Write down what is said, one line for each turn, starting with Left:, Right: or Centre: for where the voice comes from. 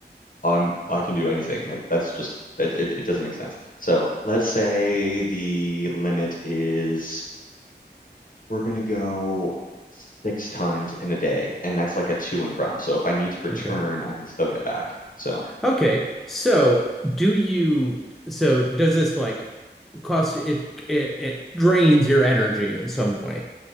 Left: I'm I can do anything. Like that's just it, it, it doesn't make sense. So let's say the limit is We're gonna go six times in a day, and that's like a to and from. So if I need to return,
Centre: Okay.
Left: I can still get back. So
Centre: Okay. So, do you so does this like cost it it, it drains your energy in some way?